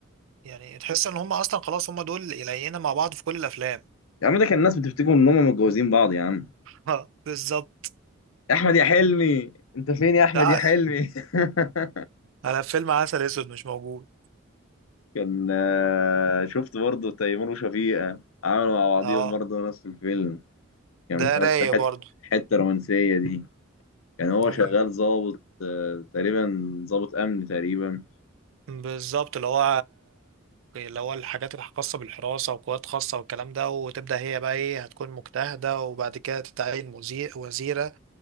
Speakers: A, on the right (about 70°); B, on the left (about 80°).
A: يعني تحس ان هم اصلا خلاص هم دول يلاقينا مع بعض في كل الافلام <laughs>
B: يا عم ده كان الناس بتفتكر ان هم متجوزين بعض يا عم
A: اه بالظبط
B: يا احمد يا حلمي انت فين يا احمد
A: ده
B: يا حلمي <laughs>
A: على فيلم عسل اسود مش موجود
B: كان آه شفت برضه تيمور وشفيقة عملوا مع بعضيهم
A: اه
B: برضه نفس الفيلم كان
A: ده
B: بس
A: رايق
B: حته
A: برضو
B: حته رومانسيه دي كان هو
A: مم.
B: شغال ظابط آه، تقريبا ظابط امن تقريبا
A: بالظبط اللي هو اللي هو الحاجات الخاصة بالحراسة وقوات خاصة والكلام ده وتبدأ هي بقى ايه هتكون مجتهدة وبعد كده تتعين مزي- وزيرة